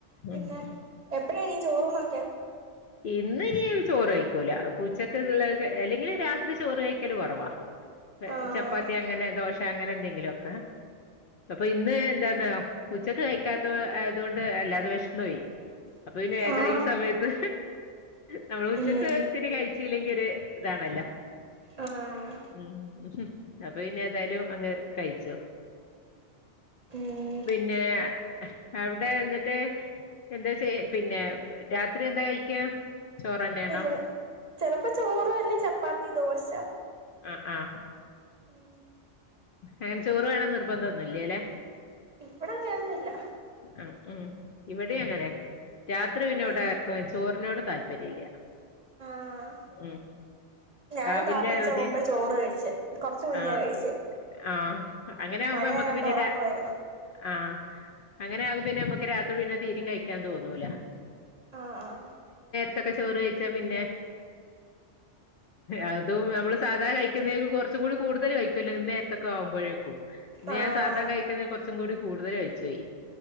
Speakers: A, on the right; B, on the left.
A: പിന്നെ
B: ഉം
A: എപ്പഴാ ഇനി ചോറൂണൊക്കെ
B: ഇന്ന് ഇനി ചോറ് കഴിക്കൂല ഇപ്പ ഉച്ചക്ക്ള്ള അല്ലെങ്കിൽ രാത്രി ചോറ് കഴിക്കല് കുറവാ
A: ആഹ്
B: ചപ്പാത്തി അങ്ങനെ ദോശ അങ്ങനെ എന്തെങ്കിലുമൊക്കെ അപ്പൊ ഇന്ന് എന്താന്നു ഉച്ചക്ക് കഴിക്കാത്ത ആയതുകൊണ്ട് വല്ലാതെ വിശന്ന് പോയി അപ്പൊ പിന്നെ വേഗം
A: ആഹ്
B: ഈ സമയത്ത് നമ്മൾ ഉച്ചക്ക്
A: ഉം
B: ഇത്തിരി കഴിച്ചല്ലെങ്കിൽ ഇതൊരു ഇതാണല്ലോ
A: ആഹ്
B: മ്മ് അപ്പൊ പിന്നെ ഏതായാലും അങ്ങ് കഴിച്ചു
A: ഉം
B: പിന്നെ അവിടെ എന്നിട്ട് എന്താ ചെയ്യാ പിന്നെ രാത്രി എന്താ കഴിക്കാ ചോറന്നെയാണോ
A: ഇവിടെ ചിലപ്പോ ചോറ് അല്ലേ ചപ്പാത്തി ദോശ
B: ആഹ് ആഹ്
A: മ്മ്
B: അങ്ങനെ ചോറ് വേണന്ന് നിർബന്ധമൊന്നുംല്ലല്ലെ
A: ഇവിടെ അങ്ങനൊന്നുല്ല
B: ആഹ് ആഹ് ഇവിടെം അങ്ങനെ രാത്രി പിന്നെ ഈടെ
A: ആഹ്
B: ആർക്കും ചോറിനോട് താല്പര്യം ഇല്ല
A: ആഹ്
B: മ്മ്
A: ഞാനും
B: ആവില്ല
A: താമസിച്ചാ
B: ഒരു
A: മുമ്പേ ചോറ് കഴിച്ചേ കൊറച്ച് മുന്നേ
B: ആഹ്
A: കഴിച്ചേ
B: ആഹ് അങ്ങനെ ആകുമ്പോ
A: മഴയായോണ്ട്
B: നമ്മുക്ക് പിന്നെ
A: ഒറക്കവായിരുന്നു
B: ആഹ് അങ്ങനെ ആകും പിന്നെ നമ്മുക്ക് രാത്രി പിന്നെ തീരെയും കഴിക്കാൻ തോന്നൂല
A: ആഹ് ആഹ്
B: ത്തൊക്കെ ചോറ് കഴിച്ചാ പിന്നെ അതും നമ്മള് സാധാ കഴിക്കുന്നതിൽ കുറച്ചും കൂടി കൂടുതൽ കഴിക്കും ഇന്ന് നേരത്തൊക്കെ ആകുമ്പോഴേക്കും ഇന്ന്
A: ആഹ്
B: ഞാൻ സാധാ കഴിക്കുന്ന കുറച്ചും കൂടി കൂടുതൽ കഴിച്ച് പോയി